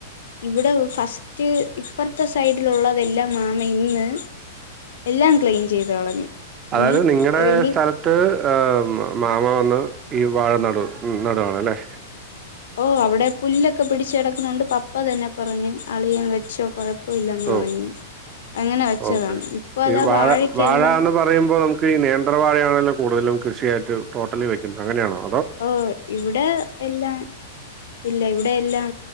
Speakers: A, on the left (about 65°); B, on the right (about 30°).
A: ഇവിടെ ഫസ്റ്റ് ഇപ്പറത്തെ സൈഡിലുള്ളതെല്ലാം മാമ ഇന്ന് എല്ലാം ക്ലീൻ ചെയ്ത് കളഞ്ഞു
B: അതായത്
A: ഇനി
B: നിങ്ങടെ
A: ഇനി
B: സ്ഥലത്ത് മാമ വന്ന് ഈ വാഴനടു നടുവാണല്ലേ
A: ഓ അവിടെ പുല്ലൊക്കെ പിടിച്ച് കടക്കുന്നോണ്ട് പപ്പ തന്നെ പറഞ്ഞ് അളിയൻ വെച്ചോ കൊഴ ഇല്ലെന്ന്
B: ഓ
A: പറഞ്ഞ് അങ്ങനെ വെച്ചതാണ്
B: ഓക്കെ
A: ഇപ്പൊ അതാ
B: ഈ വാഴ
A: വാഴക്കെല്ലാം
B: വാഴ എന്ന് പറയുമ്പോൾ നമുക്ക് ഈ നേന്ത്രവാഴയാണല്ലോ കൂടുതലും കൃഷിയായിട്ട് ടോട്ടലി വെക്കണെ അങ്ങനെയുണ്ടോ
A: ഓ ഇവിടെ എല്ലാം ഇല്ല ഇവിടെ എല്ലാം